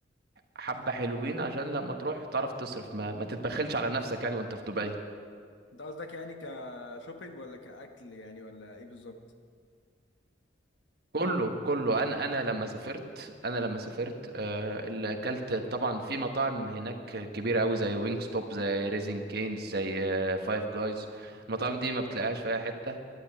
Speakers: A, on the right; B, on the left.
A: حبة حلوين عشان لما تروح تعرف تصرف ما, ما تتبخلش على نفسك يعني وأنت في دبي
B: انت قصدك يعني كشوبينج ولا كأكل يعني ولا ايه بالظبط
A: كله
B: يعني
A: كله أنا أنا لما سافرت أنا لما سافرت آه، اللي أكلت طبعا في مطاعم هناك كبيرة أوي زي وينج ستوب زي ريزين كينز زي فايف جايز المطاعم
B: حلو
A: دي ما بتلاقيهاش في أي حتة